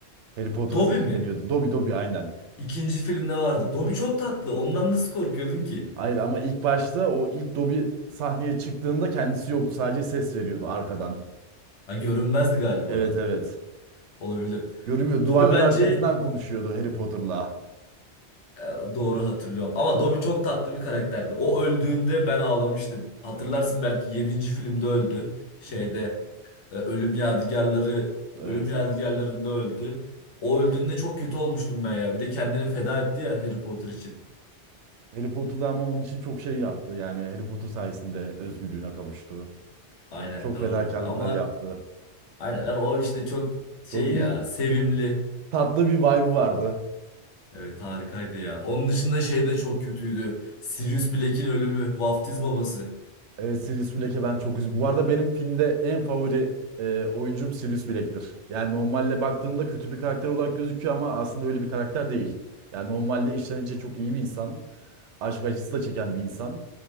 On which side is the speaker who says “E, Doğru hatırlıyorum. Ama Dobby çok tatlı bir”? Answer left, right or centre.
Left